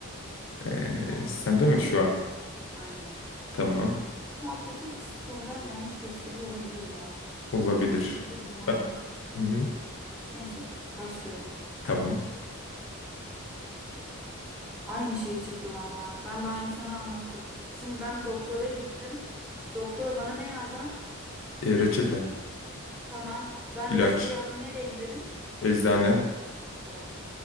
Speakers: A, on the left (about 60°); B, in the centre.
A: Eee
B: Tamam.
A: sen
B: Okey.
A: de mi
B: Başlıyorum.
A: şu an?
B: Aynen.
A: Tamam.
B: Bu Alttaki skorlar yanlış gösteriyor olabilir ya.
A: Olabilir.
B: Emin değilim ama.
A: Ben... Hı-hı.
B: Neyse. Başlıyorum.
A: Tamam.
B: Aynı şey çıktı valla. Ben daha yeni sana anlattım. Şimdi ben doktora gittim. Doktor bana ne yazar?
A: Eee, reçete,
B: Tamam. Ben
A: ilaç,
B: reçeteyi aldım. Nereye giderim?
A: eczane.
B: Doğru.